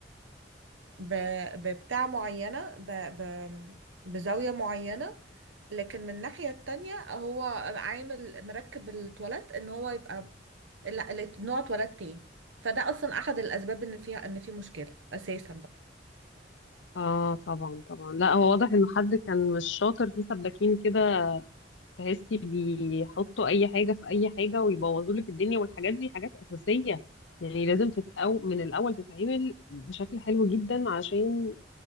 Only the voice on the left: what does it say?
اه طبعا طبعا لا هو واضح انه حد كان مش شاطر في سباكين كده تحسي بيحطوا اي حاجه في اي حاجه ويبوظوا لك الدنيا والحاجات دي حاجات اساسيه يعني لازم تتأو من الاول تتعمل بشكل حلو جدا عشان